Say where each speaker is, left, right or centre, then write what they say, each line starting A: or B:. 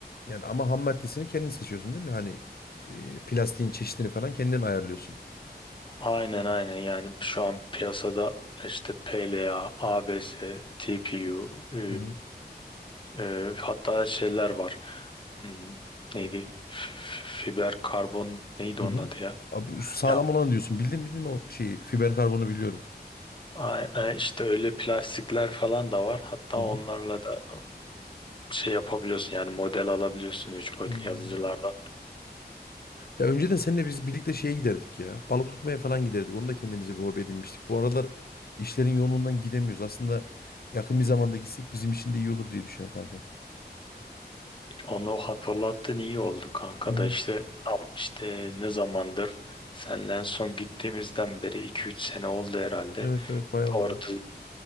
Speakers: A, on the left (about 60°); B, on the left (about 30°).
A: Yani ama ham maddesini kendin seçiyorsun değil mi? Hani e, plastiğin çeşidini falan kendin ayarlıyorsun.
B: Aynen aynen yani şu an piyasada işte PLA, ABS, TPU e,
A: Hı hı.
B: e, hatta şeyler var. Hmm, neydi? F- f- Fiber karbon neydi
A: Hı
B: onun
A: hı.
B: adı ya?
A: Abi, bu sağlam
B: Ya
A: olanı diyorsun. Bildim bildim o şeyi. Fiber karbonu biliyorum.
B: a- a- işte öyle plastikler falan da var. Hatta
A: Hı
B: onlarla
A: hı.
B: da e, şey yapabiliyorsun yani model alabiliyorsun 3 boyutlu
A: Hmm.
B: yazıcılardan.
A: Ya önceden seninle biz birlikte şeye giderdik ya. Balık tutmaya falan giderdik. Onu da kendimize bir hobi edinmiştik. Bu aralar işlerin yoğunluğundan gidemiyoruz. Aslında yakın bir zamanda gitsek bizim için de iyi olur diye düşünüyorum kanka.
B: Onu hatırlattın iyi oldu kanka
A: Hı hı.
B: da işte tam işte ne zamandır Senle en son gittiğimizden beri iki üç sene oldu herhalde.
A: Evet evet bayağı oldu.
B: Orada